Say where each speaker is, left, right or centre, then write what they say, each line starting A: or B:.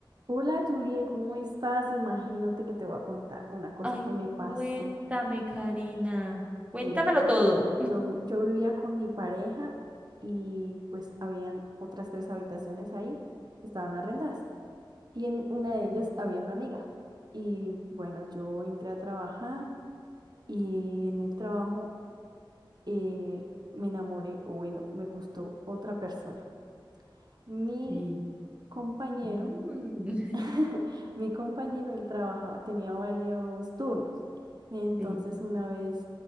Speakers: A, on the right (about 50°); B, on the right (about 15°).
A: Hola Julie, ¿cómo estás? Imagínate que te voy a contar una cosa
B: Ay,
A: que me pasó.
B: cuéntame, Karina. Cuéntamelo
A: Mira,
B: todo.
A: yo, yo vivía con mi pareja y pues habían otras tres habitaciones ahí, estaban arrendadas. Y en una de
B: <laughs>
A: ellas había una amiga. Y bueno, yo entré a trabajar y en el trabajo eh, me enamoré, o bueno, me gustó otra persona. Mi
B: Sí.
A: compañero
B: Mm,
A: <laughs>
B: <laughs>
A: Mi compañero, él trabajaba, tenía varios turnos. Entonces,
B: sí.
A: una vez